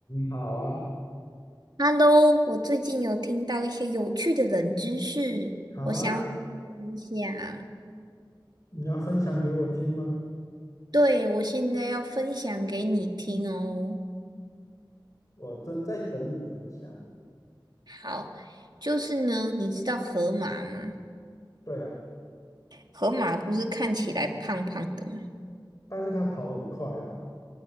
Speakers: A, on the left; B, on the right.
A: 你好啊，
B: Hello，我最近有听到一些有趣的冷知识，
A: 好啊，
B: 我想分享。
A: 你要分享给我听吗？
B: 对，我现在要分享给你听哦。
A: 我正在等你分享。
B: 好，就是呢，你知道河马吗？
A: 对啊，
B: 河马不是看起来胖胖的吗？
A: 但是他跑很快啊，